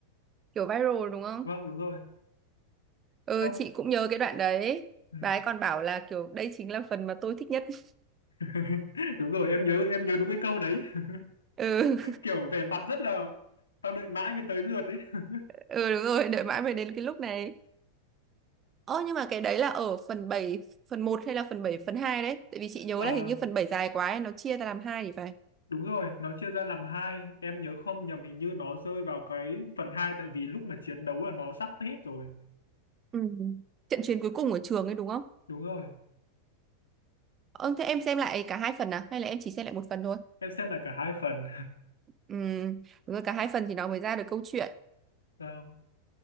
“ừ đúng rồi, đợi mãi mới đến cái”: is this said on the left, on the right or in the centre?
Right